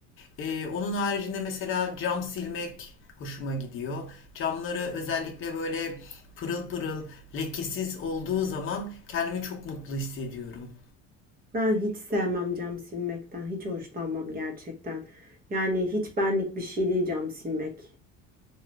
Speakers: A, on the left; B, on the right.
A: Ee, onun haricinde mesela cam silmek hoşuma gidiyor. Camları özellikle böyle pırıl pırıl, lekesiz olduğu zaman kendimi çok mutlu hissediyorum.
B: Ben hiç sevmem cam silmekten. Hiç hoşlanmam gerçekten. Yani hiç benlik bir şey değil cam silmek.